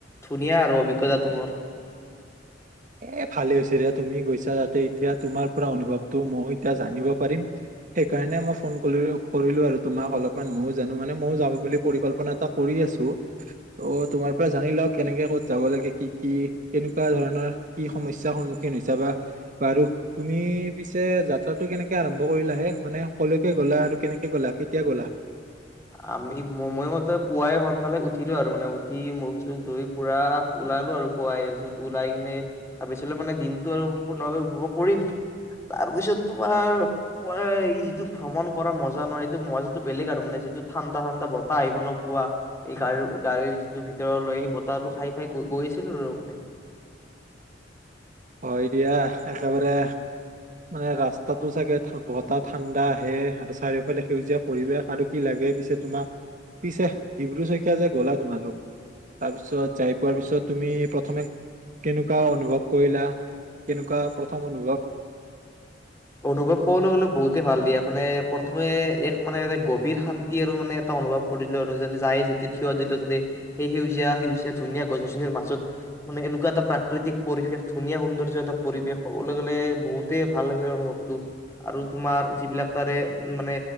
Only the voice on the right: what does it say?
এ ভালে হৈছে তুমি গৈছা তাতে এতিয়া তোমাৰ পৰা অনুভৱটো ময়ো এতিয়া জানিব পাৰিম সেইকাৰণে মই ফোন কৰিো কৰিলোঁ আৰু তোমাক অলপমান ময়ো জানো মানে ময়ো যাম বুলি পৰিকল্পনা এটা কৰি আছোঁ ত' তোমাৰ পৰা জানি লওঁ কেনেকে ক'ত যাব লাগে কি কি কেনেকুৱা ধৰণৰ। কি সমস্যাৰ সন্মুখীন হৈছা বা বাৰু তুমি পিছে যাত্ৰাটো কেনেকে আৰম্ভ কৰিলা হে মানে কলৈকে গ'লা আৰু কেনেকে গ'লা কেতিয়া গ'লা।
হয় দিয়া একেবাৰে। মানে ৰাস্তাটো চাগে বতাহ ঠাণ্ডা আহে আৰু চাৰিওফালে সেউজীয়া পৰিৱেশ আৰু কি লাগে পিছে তোমাক পিছে ডিব্ৰু চৈখোৱা যে গ'লা তোমালোক তাৰপিছত যাই পোৱাৰ পিছত তুমি প্ৰথমে কেনেকুৱা অনুভৱ কৰিলা কেনেকুৱা প্ৰথম অনুভৱ।